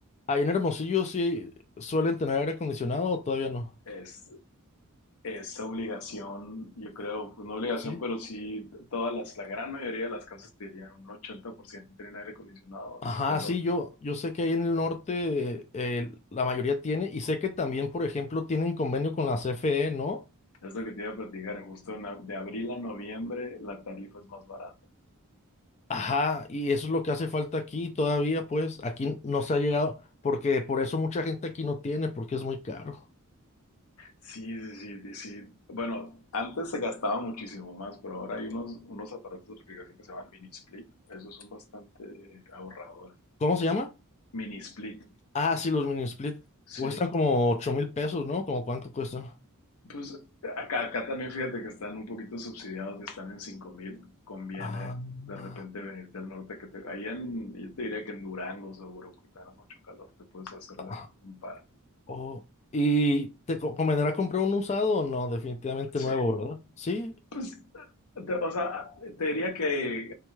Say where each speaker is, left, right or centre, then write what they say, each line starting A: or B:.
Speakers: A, on the left; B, on the left.
A: Ahí en Hermosillo sí suelen tener aire acondicionado o todavía no.
B: Es, esa obligación, yo creo, pues, no obligación,
A: ¿sí?
B: pero sí todas las, la gran mayoría de las casas te dirían, un 80% tienen aire acondicionado.
A: Ajá,
B: Pues lo,
A: sí, yo, yo sé que ahí en el norte eh, la mayoría tiene y sé que también, por ejemplo, tienen convenio con la CFE, ¿no?
B: es lo que te iba a platicar, en justo en a- de abril a noviembre la tarifa es más barata.
A: Ajá, y eso es lo que hace falta aquí todavía, pues aquí no se ha llegado, porque por eso mucha gente aquí no tiene, porque es muy caro.
B: Sí, sí, sí, sí. Bueno, antes se gastaba muchísimo más, pero ahora hay unos, unos aparatos de refrigeración que se llaman mini split. Esos son bastante ahorradores.
A: ¿Cómo se llaman
B: Mini split,
A: Ah, sí, los mini split
B: sí.
A: cuestan como ocho mil pesos, ¿no? como cuánto cuestan?
B: Pues acá, acá también fíjate que están un poquito subsidiados y están en cinco mil Conviene
A: Ah,
B: de
A: ah,
B: repente venirte al norte, que te, ahí en, yo te diría que en Durango seguro, porque tenés mucho calor, te puedes hacer
A: ah,
B: de un par.
A: oh. ¿Y te co- convendrá comprar un usado o no? Definitivamente nuevo,
B: Sí,
A: ¿verdad? Sí.
B: pues, te- o sea, te diría que